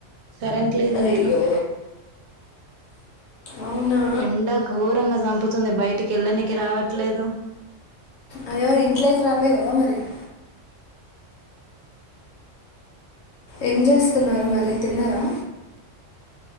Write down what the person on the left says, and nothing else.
అయ్యో
అవునా
అయ్యో ఇంట్లోకి రండి కదా మరి <inaudible> ఏం చేస్తున్నారు మరి తిన్నరా